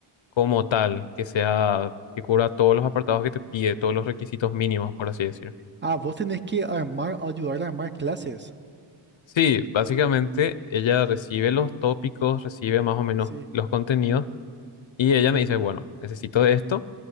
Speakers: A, on the left (about 65°); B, on the right (about 20°).
A: como tal, que sea, que cubra todos los apartados que te pide, todos los requisitos mínimos, por así decir.
B: Ah, vos tenés que armar, ayudarle a armar clases.
A: Sí, básicamente ella recibe los tópicos, recibe más o menos
B: Sí.
A: los contenidos Y ella me dice, bueno, necesito de esto.